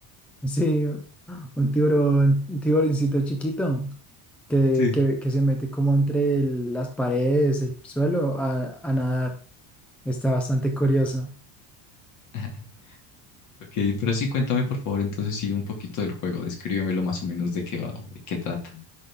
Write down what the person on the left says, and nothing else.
Sí.
<laughs> Ok, pero sí, cuéntame por favor entonces sí un poquito del juego, descríbemelo más o menos de qué va o de qué trata.